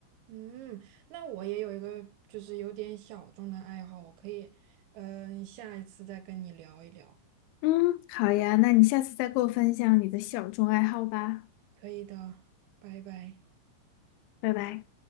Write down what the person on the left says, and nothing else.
嗯，好呀，那你下次再给我分享你的小众爱好吧，
拜拜。